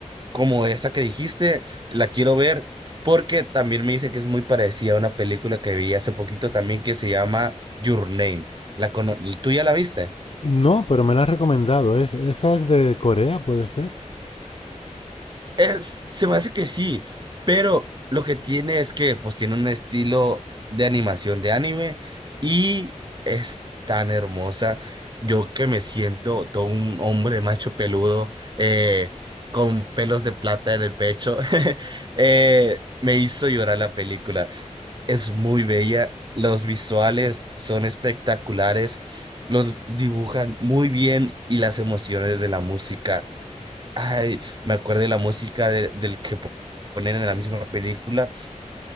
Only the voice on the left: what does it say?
No, pero me la han recomendado. Es, esa es de Corea, ¿puede ser?